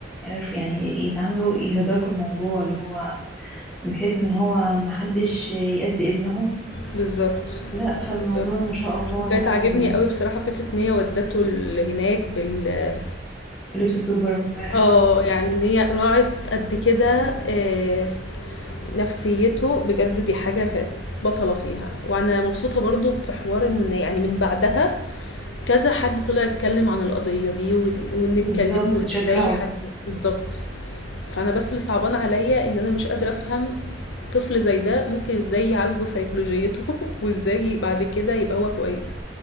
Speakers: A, in the centre; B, on the left.
A: عرفوا يعني يتعاملوا يتداركوا الموضوع اللي هو بحيث ان هو محدش يأذي ابنهم
B: بالظبط
A: لا فالموضوع
B: بالظبط
A: ما شاء الله
B: وكانت
A: يعني
B: عاجبني قوي بصراحة فكرة ان هي ودته ال- هناك بال
A: لبس سوبرمان
B: اه يعني ان هي راعت قد كده آه، نفسيته بجد دي حاجة كانت بطلة فيها وانا مبسوطة برضو في حوار ان يعني من بعدها كذا حد طلع اتكلم عن القضية دي وإن وإن
A: بالظبط
B: اتكلموا
A: تشجعه
B: ازاي حد بالظبط فأنا بس اللي صعبان عليا إن أنا مش قادرة أفهم طفل زي ده ممكن ازاي يعالجوا سيكولوجيته <laughs> وازاي بعد كده يبقى هو كويس